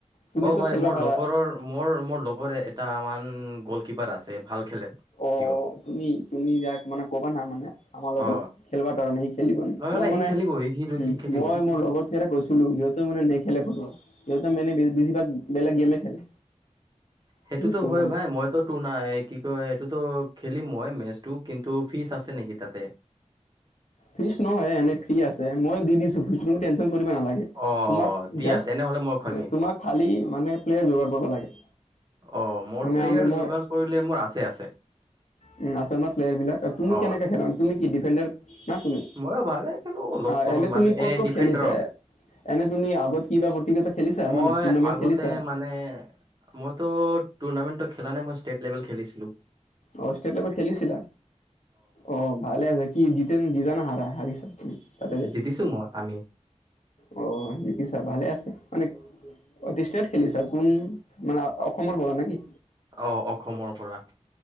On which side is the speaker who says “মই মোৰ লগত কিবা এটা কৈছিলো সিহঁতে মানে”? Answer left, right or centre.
Left